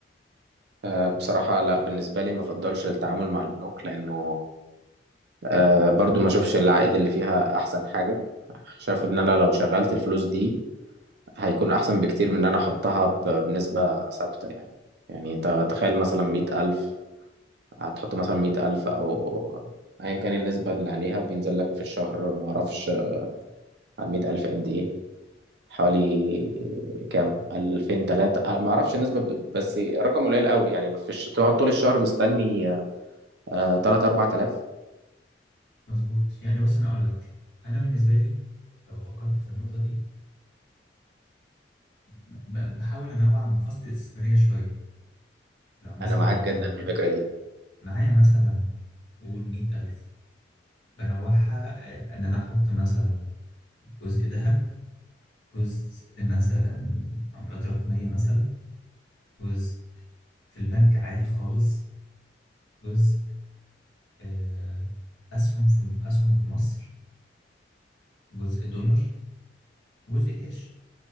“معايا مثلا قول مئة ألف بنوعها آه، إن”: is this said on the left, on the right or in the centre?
Left